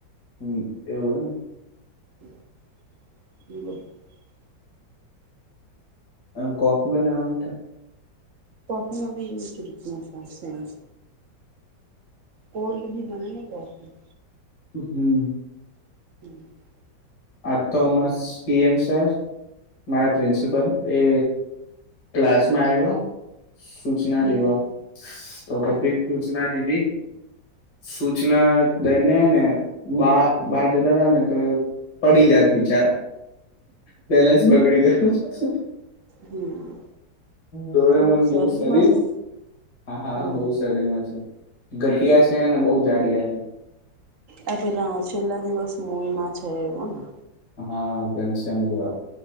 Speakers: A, on the left; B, on the right.
A: હમ એવું એમ.
B: <inaudible>
A: અ કોફી બનાવા માટે.
B: તોફી નવીી વિ રીચફાસ. કોલ્ડ બી મને ને કોફી.
A: હમ.
B: <inaudible>
A: આ થોમસ. પીએમ સરર. મારા પ્રિન્સિપલ એ ક્લાસમાં આવ્યા. સૂચના
B: હમ
A: દેવા તો
B: હમ
A: કેટલી સૂચના દીધી. સૂચના દઈને ને બ બહાર જતા હતા ને તો. પડી જાત બિચારા. બલેન્સ બગડી કર પાસ.
B: હમ
A: દોરે
B: થોડુંક
A: મન
B: શરીરમાં
A: જેવું શરીર
B: છે
A: હા
B: હમ
A: બહ શરીર માં છે. ઘટિયા છે. ને બહુ જાડિયા છે
B: આ પેલા છેલ્લા દિવસમાં. મવીમાં છે એવું ને.
A: હા ઘનશમ જેવા.